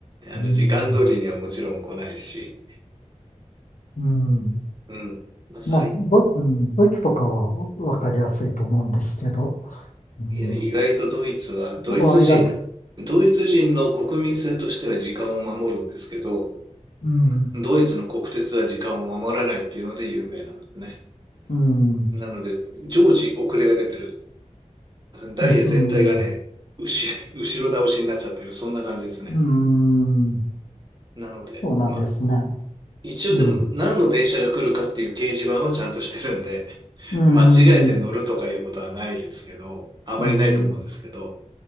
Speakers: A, on the right; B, on the left.
A: あの、
B: ん、
A: 時間通りにはもちろん来ないし。
B: うん。
A: うん。まあ、最、
B: まあ、ドイ、うん、ドイツとかはわかりやすいと思うんですけど、うん、
A: いや、意外とドイツは、ドイツ人、
B: は意外と、
A: ドイツ人の国民性としては時間を守るんですけど、
B: うん、
A: ドイツの国鉄は時間を守らないっていうので有名なんですね。
B: うん、
A: なので、常時遅れが出てる。ダイエ全体がね、
B: うん、うん、
A: 後、後ろ倒しになっちゃってる。そんな感じですね。
B: うん
A: なので、
B: そうなんですね。
A: まあ、一応でも何の電車が来るかっていう掲示板はちゃんとしてるんで、
B: うん、
A: <laughs>
B: うん、
A: 間違えて乗るとかいうことはないですけど、あまりないと思うんですけど、
B: うん、